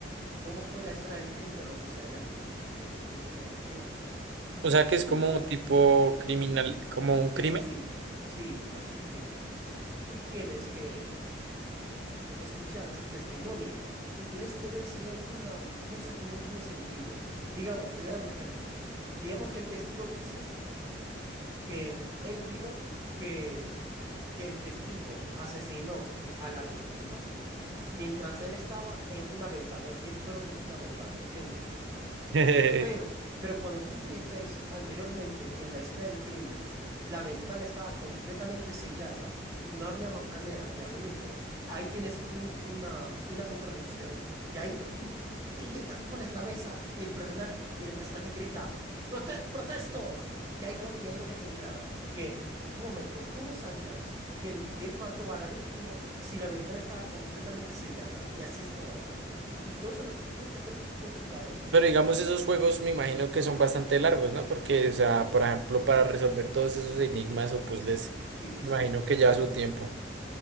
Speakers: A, on the right; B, on the right.
A: cómo fue la escena del crimen o lo que sea, ya sus, sus respectivas cosas.
B: O sea que es
A: Tú
B: como
A: como...
B: tipo criminal, como un
A: Sí,
B: crimen.
A: sí, sí. Sí, eso es un crimen. tú tienes que escuchar sus testimonios y tienes que ver si hay alguna cosa que no tiene sentido. Digamos, te voy a dar un ejemplo. Digamos que el testigo dice que él vio que, que el testigo asesinó a la víctima mientras él estaba en una ventana, viéndolo desde una ventana, ¿entiendes?
B: <laughs>
A: Pero,
B: Pero
A: pero cuando tú vi- ves anteriormente que en la escena del crimen la ventana estaba completamente sellada y no había ma- manera de abrirla, ahí tienes un- una, una contradicción. Y ahí tú te gritas, pones la mesa y el personaje, y el personaje grita, "Prote- ¡Protesto! Y ahí lo, y ahí lo deja en claro que, un momento, ¿cómo sabías que, el- que él mató a la víctima si la ventana estaba completamente sellada? Y así es como avanzas. Y todo eso lo tienes que hacer tú con tu cabeza, ¿viste?
B: digamos, esos juegos me imagino que son bastante largos, ¿no? Porque, o sea, por ejemplo, para resolver todos esos enigmas o puzzles,
A: Sí, sí,
B: me
A: sí.
B: imagino que lleva su tiempo.